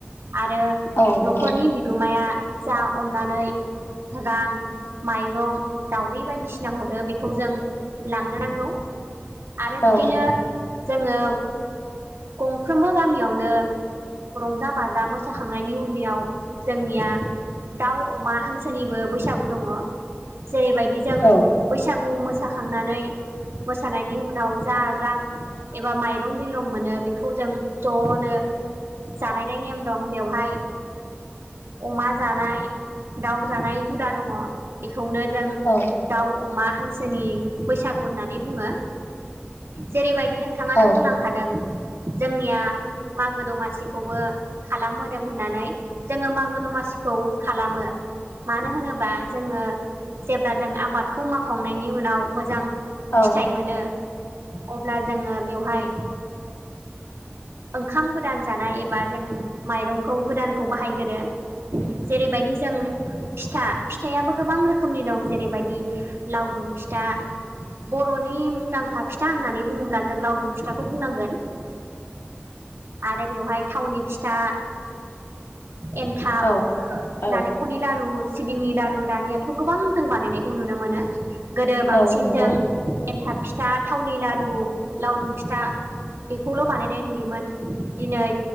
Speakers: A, on the right; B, on the left.
A: आरो
B: औ नंगौ
A: न'खरनि बिगोमाया जा अननानै रां माइरं दउदै बायदिसिना हरो बेखौ जों लांनो नांगौ आरो
B: औ
A: बिदिनो जोङो गंफ्रोमबो गामियावनो रंजा बाजा मोसाखांनायनि उनाव जोंनिया दाउ अमा हांसोनिबो बैसागु दङ जेरैबायदि जों
B: औ
A: बैसागु मोसाखांनानै मोसानायनि उनाव जा रां एबा माइरं दैरं मोनो। बेखौ जों ज'नो जालायनाय नेम दं बेवहाय अमा जानाय दाउ जानाय हुदा दङ बेखौनो जों
B: औ
A: दाउ अमा हांसोनि बैसागु होननानै बुङो जेरैबादि नो थाङानो
B: औ
A: बुंलांखादों जोंनिया मागो दमासिखौबो खालामबोदों होननानै जोङो मागो दमासिखौ खालामो मानो होनोबा जोङो जेब्ला जों आबादखौ मावखांनायनि उनाव मोजां
B: औ
A: फिथाइ मोनो अब्ला जोङो बेवहाय ओंखाम गोदान जानाय एबा जों माइरंखौ गोदानखौ बाहायग्रोयो जेरैबायदि जों फिथा फिथायाबो गोबां रोखोमनि दं जेरैबायदि लावदुम फिथा। बर'नि मुंदांखा फिथा होननानै बुङोब्ला जों लावदुम फिथाखौ बुंनांगोन। आरो बेवहाय थावनि फिथा एन्थाब
B: औ औ
A: नालेंखर नखरनि लारु सिबिंनि लारु दानियाथ' गोबां जों बानायनायखौ नुनो मोनो। गोदो बांसिन
B: औ नंगौ
A: जों एन्थाब फिथा थावनि लारु लावदुम फिथा खौल' बानायनाय नुयोमोन दिनै